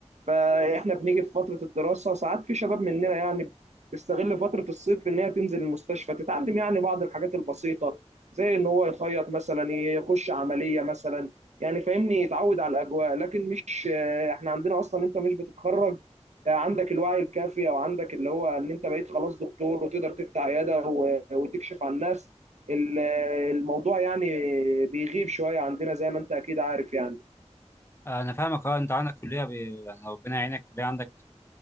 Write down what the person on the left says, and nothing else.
انا فاهمك اه انت عندك كليه ب... يعني ربنا يعينك كليه عندك